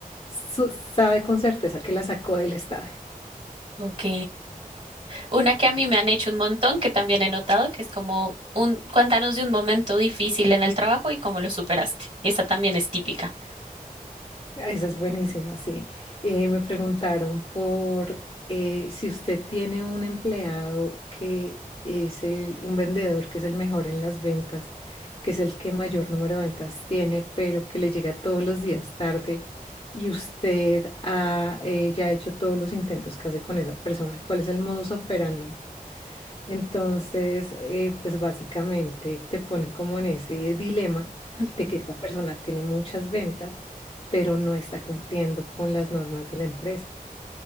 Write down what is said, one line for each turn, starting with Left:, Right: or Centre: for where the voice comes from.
Left: su- sabe con certeza que la sacó del estadio.
Right: Ok. Una que a mí me han hecho un montón, que también he notado, que es como un, cuéntanos de un momento difícil en el trabajo y cómo lo superaste. Esa también es típica.
Left: Ah, Esa es buenísima, sí. Eh, me preguntaron por eh, si usted tiene un empleado que es el- un vendedor que es el mejor en las ventas, que es el que mayor número de ventas tiene, pero que le llega todos los días tarde y usted ha eh, ya hecho todos los intentos que hace con esa persona. ¿Cuál es el modus operandi? Entonces, eh, pues básicamente te ponen como en ese dilema
Right: Ujú.
Left: de que esta persona tiene muchas ventas, pero no está cumpliendo con las normas de la empresa.